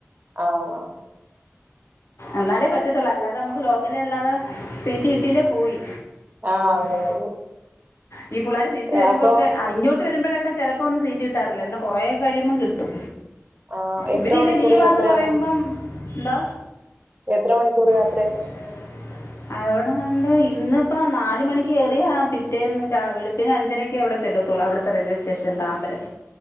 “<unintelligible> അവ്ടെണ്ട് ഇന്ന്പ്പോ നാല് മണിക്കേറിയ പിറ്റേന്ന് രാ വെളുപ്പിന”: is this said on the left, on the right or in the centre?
Left